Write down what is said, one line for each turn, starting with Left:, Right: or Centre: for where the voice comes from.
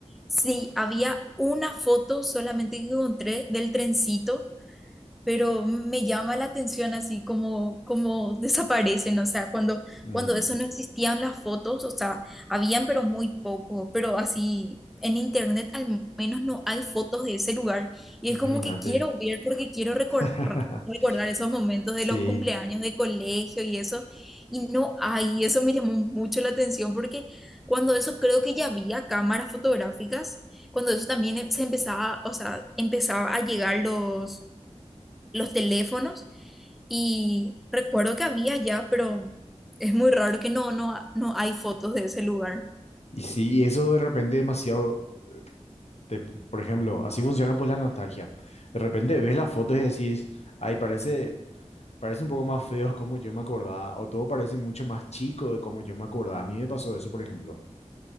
Centre: sí, había una foto solamente que encontré del trencito pero me llama la atención así como, como desaparecen, o sea, cuando,
Left: Mm,
Centre: cuando eso no existían las fotos, o sea, habían pero muy poco, pero así en internet al menos no hay fotos de ese lugar y es
Left: Imagínate.
Centre: como que quiero ver porque quiero recor-
Left: <laughs>
Centre: recordar esos momentos
Left: Sí.
Centre: de los cumpleaños de colegio y eso, y no hay, y eso me llamó mucho la atención porque cuando eso creo que ya había cámaras fotográficas, cuando eso también se empezaba, o sea, empezaba a llegar los los teléfonos y recuerdo que había ya, pero es muy raro que no, no, no hay fotos de ese lugar.
Left: Y sí, y eso de repente demasiado, te- por ejemplo, así funciona pues la nostalgia. De repente ves las fotos y decís, ay, parece, parece un poco más feo como yo me acordaba, o todo parece mucho más chico de como yo me acordaba. A mí me pasó eso, por ejemplo.